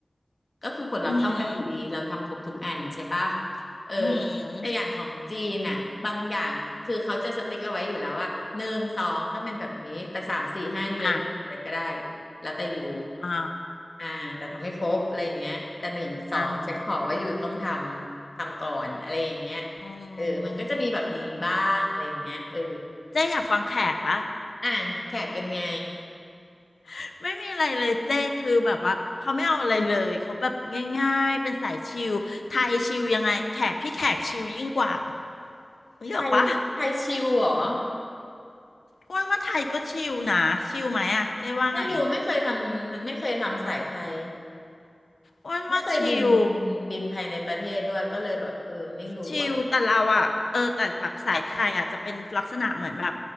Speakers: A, on the left; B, on the left.
A: ก็คือผลลัพธ์เท่ากันอยู่ดีเราทำครบทุกอันใช่ปะ
B: อืม
A: เออ
B: อืม
A: แต่อย่างของจีนน่ะบางอย่างคือเขาจะสติ๊กเอาไว้อยู่แล้วว่าหนึ่งสองต้องเป็นแบบนี้แต่สามสี่ห้ายูจะทำอะไรก็ได้
B: อ่ะ
A: แล้วแต่อยู่
B: อ๋อ
A: อ่าแต่ทำให้ครบอะไรอย่างเงี้ยแต่หนึ่งสองฉันขอว่าอยู่ต้องทำทำก่อนอะไรอย่างเงี้ย
B: อ่าฮะอืม
A: เออมันก็จะมีแบบนี้บ้างอะไรอย่างเงี้ยเออ
B: เจ๊อยากฟังแขกปะ
A: อ่ะแขกเป็นไง
B: <laughs> ไม่มีอะไรเลยเจ๊คือแบบว่าเขาไม่เอาอะไรเลยเขาแบบง่ายๆ เป็นสายชิลไทยชิลยังไงแขกพี่แขกชิลยิ่งกว่าเม่หอกปะ
A: ไทยไทยชิวเหรอ
B: อ้วนว่าไทยก็ชิลนะชิลไหมอะเจ๊ว่าไง
A: ไม่รู้ไม่เคยทำไม่เคยทำสายไทย
B: อ้วนว่าชิล
A: ไม่เคยบินบินภายในประเทศด้วยก็เลยแบบเออไม่รู้อะ
B: ชิลแต่เราอะเออแต่แบบสายไทยอะจะเป็นลักษณะเหมือนแบบ